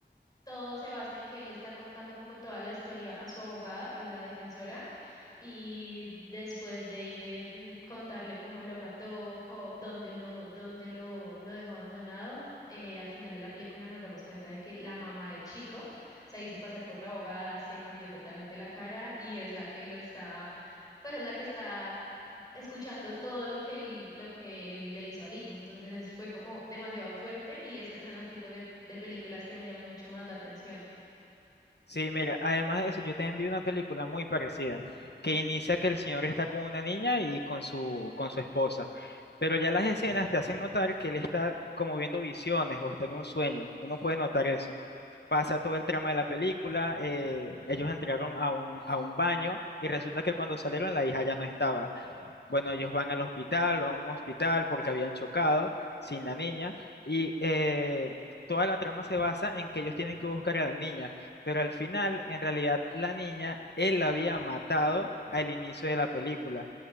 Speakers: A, on the left; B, on the left.
A: todo se basa en que él le está contando como toda la historia a su abogada, a la defensora, y después de mm, contarle cómo lo mató, co- dónde lo, dónde lo, lo dejó abandonado, eh, al final de la película nos damos cuenta de que la mamá del chico se hizo pasar por la abogada, se cambió totalmente la cara y es la que lo está, pues es la que está escuchando todo lo que él, lo que él le hizo al hijo. Entonces fue como demasiado fuerte y esos son los tipos de, de películas que me llaman mucho más la atención.
B: Sí, mira, además de eso, yo te vi una película muy parecida, que inicia que el señor está con una niña y con su, con su esposa, pero ya las escenas te hacen notar que él está como viendo visiones o está en un sueño, uno puede notar eso. Pasa todo el trama de la película, eh, ellos entraron a un, a un baño y resulta que cuando salieron la hija ya no estaba. Bueno, ellos van al hospital, van a un hospital porque habían chocado sin la niña y eh, toda la trama se basa en que ellos tienen que buscar a la niña, pero al final, en realidad, la niña, él la había matado al inicio de la película.